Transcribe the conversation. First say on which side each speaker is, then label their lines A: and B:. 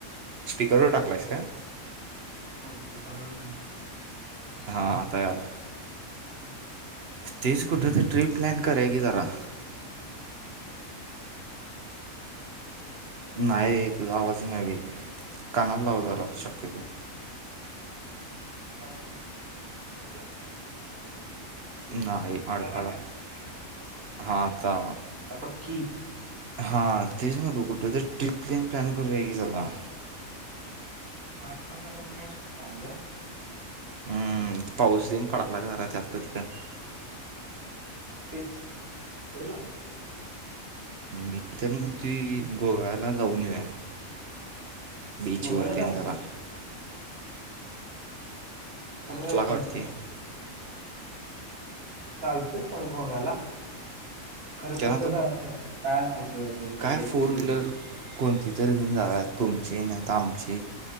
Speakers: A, on the right; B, on the right.
A: स्पीकरवर टाकलायस काय?
B: नाही स्पीकर वर नाई.
A: हां आता यालाय.
B: हा.
A: तेचं कुठं तर ट्रिप प्लॅन करूया कि जरा.
B: <unintelligible> नाही सोड
A: नाही तुझा आवाजही नव्हे कानाला लाव जरा
B: माहिती
A: शक्यतो.
B: <unintelligible> ला काय?
A: नाही अडकालाय
B: याला काय
A: हां आता आला.
B: आता बग की.
A: हा तेच म्हणतो कुठं तर ट्रिप तेन प्लॅन करूया की जरा.
B: <unintelligible>
A: हम्म पाऊस तेन पडलाय जरा त्यातल्या त्यात.
B: तेच <unintelligible>
A: मी तर म्हणतोय की गोव्याला जाऊन येऊ या. बीचवरतीन
B: गोव्याला जा
A: जरा.
B: खरं
A: तुला काय वाटतय.
B: चालते थोडं गोव्याला खरं
A: त्यानंतर
B: कसं जायचं? काय नाही तेच म्हणजे
A: काय
B: बजेट
A: फोर
B: किती
A: व्हीलर
B: होण
A: कोणती तर घेऊन जाऊयात तुमची नाही तर आमची.